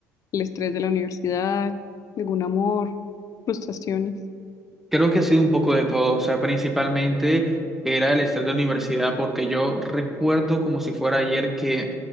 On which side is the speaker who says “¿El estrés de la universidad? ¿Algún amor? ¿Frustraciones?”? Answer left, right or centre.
Left